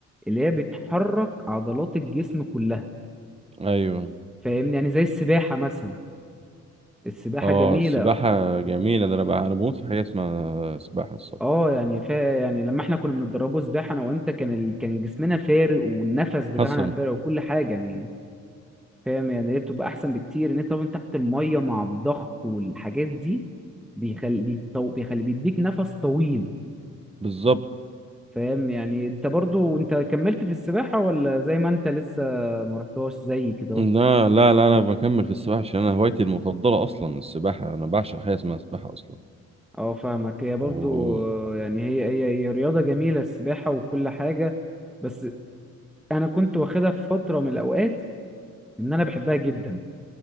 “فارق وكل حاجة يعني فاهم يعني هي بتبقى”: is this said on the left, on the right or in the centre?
Centre